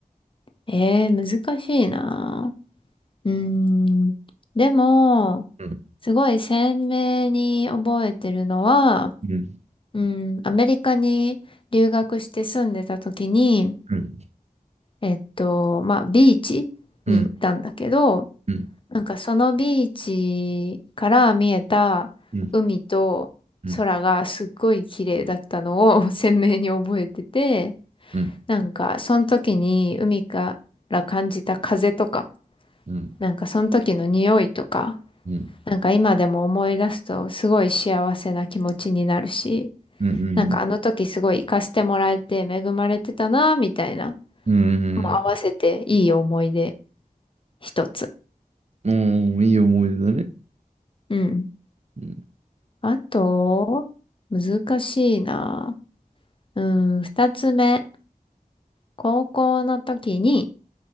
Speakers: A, on the left; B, on the right.
A: ええー難しいな。うーん。でも、
B: う。うん。
A: すごい鮮明に覚えてるのは、
B: うん。
A: うん、アメリカに留学して住んでた時に、
B: うん。
A: えっと、まあ、ビーチに行ったんだけど、
B: うん。うん。
A: なんかそのビーチから見えた海と空がすっごい綺麗だったのを
B: うん。うん。
A: <laughs> 鮮明に覚えてて、
B: うん。
A: なんかその時に海から感じた風とか、
B: うん。
A: なんかその時の匂いとか、
B: うん。
A: なんか今でも思い出すとすごい幸せな気持ちになるし、
B: うん。うん。
A: なんかあの時すごい行かせてもらえて恵まれてたなみたいな、も
B: うん。
A: う合わせていい思い出一つ。
B: うん。いい思い出だね。
A: うん
B: うん。
A: あと、難しいな。うん、二つ目。高校の時に、